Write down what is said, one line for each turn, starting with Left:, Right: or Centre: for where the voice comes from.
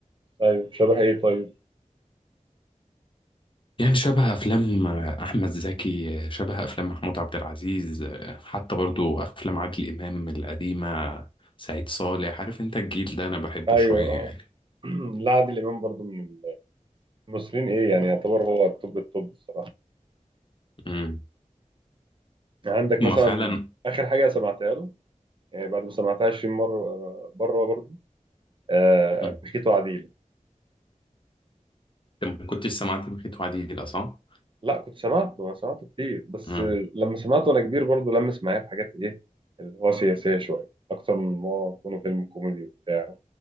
Right: طيب شبه ايه طيب
Left: يعني شبه افلام احمد زكي شبه افلام محمود عبد العزيز حتى برضو افلام عادل امام القديمه سعيد صالح عارف انت الجيل ده انا بحبه
Right: ايوه
Left: شويه
Right: اه
Left: يعني
Right: <clears throat> لا عادل امام برضو من مصريين ايه يعني يعتبر هو التوب التوب الصراحه
Left: امم
Right: يعني عندك
Left: هما
Right: مثلا
Left: فعلا
Right: اخر حاجه سمعتها له يعني بعد ما سمعتها 20 مره آه، بره برضه آه
Left: مم.
Right: بخيت وعديل
Left: انت ما كنتش سمعت بخيت وعديلة صح؟
Right: لا كنت سمعته انا سمعته كتير بس
Left: امم
Right: آه، لما سمعته وانا كبير برضه لمس معايا في حاجات ايه اللي هو سياسيه شويه اكتر من ما هو يكون فيلم كوميدي وبتاع